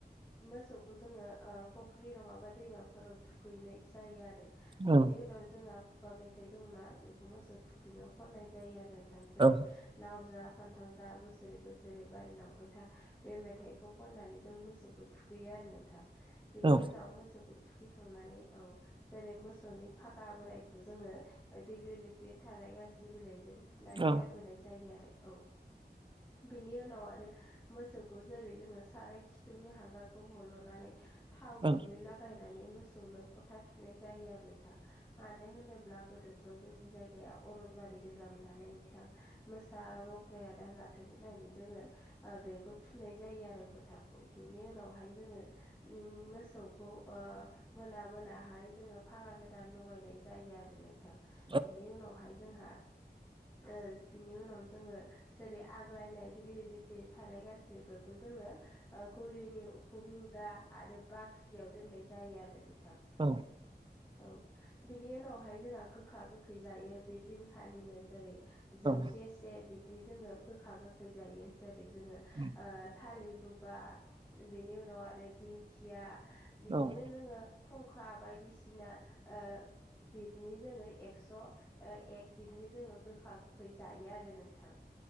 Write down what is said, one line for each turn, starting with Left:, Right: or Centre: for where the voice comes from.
Left: मोसौखौ जोङो ओ फुख्रि नङाबा दैमा फोराव थुखैनाय जायो आरो
Right: औ
Left: बेनि उनाव जोंहा फुगा मेथाइ दंना बेखौ मोसौ थु खुैनायाव खननाय जायो आरो नोंथां जेरै
Right: औ
Left: लाव जा फान्थाव जा बोसोरै बोसोरै बारलांबाय था बे मे मेथाइखौ खननानै जों मोसौखौ थुखैयो आरो नोंथां बिनि
Right: औ
Left: उनाव मोसौखौ थुखैखांनानै औ जेरै मोसौनि फागा बोरायखौ जोङो देग्लि लिति थानाय गाज्लि बिलाइजों थुनानै
Right: औ
Left: गारबोनाय जायो आरो औ बिनि उनाव आरो मोसौ खौ जेरै जोङो साराय खिथुनि हांगारखौ हल'नानै थाव
Right: औ
Left: गुबै ला गायनानै मोसौनो फथा थुनाय जायो आरो नोंथां मानो होनोब्ला गोदो थ' जोंनि जायगाया अरनबारि गोजामोन नालाय नोंथां मोसा ल' ख्राया दा जाथों होननानै जोङो ओ बेखौ थुनाय जायो आरो फोथाखौ बिनि उनावहाय जोङो उम मोसौखौ ओ मोना मोनाहाय जोङो फागा गोदान लगायनाय जायो आरो नोंथां।
Right: औ
Left: बिनि उनावहाय जोंहा ओ बिनि उनाव जोङो जेरै आग्लायनाय दिग्लि लिथि थानाय गा ज्लिफोरखौ जोङो ओ गलिनि खुम मुदा आरो बाख्रियाव दोननाय जायो आरो नोंथां।
Right: औ
Left: औ बिनि उनावहाय जोंहा गोखा गोखै जायो बे दिनखालिनो जेरै जौसे
Right: औ
Left: से बिदिनो जोङो गोखा गोखै जायो जेरै जोङो
Right: उ
Left: ओ थालिर बुगा बेनि उनाव आरो दिंखिया
Right: औ
Left: बिदिनो जोङो खुंखा बायदिसिना ओ बिदनि जोङो एक्स' ओ एक बिदनि जोङो गोखा गोखै जायो आरो नोंथां